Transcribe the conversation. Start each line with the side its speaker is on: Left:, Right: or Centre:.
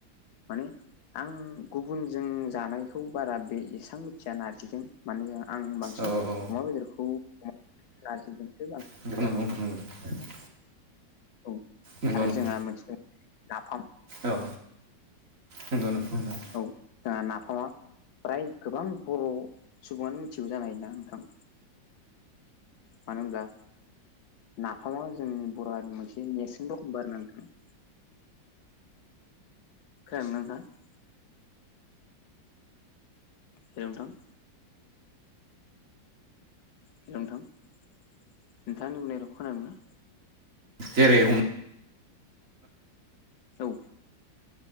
Left: माने आं गुबुनजों जानायखौ बारा बे एसबां जा नारजिजों माने आं बांसिन
Right: औ औ
Left: अमा बेदरखौ नारजिजोंसो बांसिन
Right: <unintelligible>
Left: औ
Right: नंगौ
Left: आरो
Right: नंगौ
Left: जोंहा मोनसे नाफाम
Right: औ नंगौ नंगौ नोंथां
Left: औ जोंहा नाफामा? फ्राय गोबां बर' सुबुङानो मिथिगौ जानायना नोंथां। मानो होनब्ला नाफामा जोंनि बर' हारिनि मोनसे नेर्सोन दखमबार ना नोंथां। खोनादोंना नोंथाङा? हेलौ नोंथां? हेल' नोंथां नोंथाङा आंनि बुंनाय रावखौ खोनादोंना?
Right: जेरै <unintelligible>
Left: औ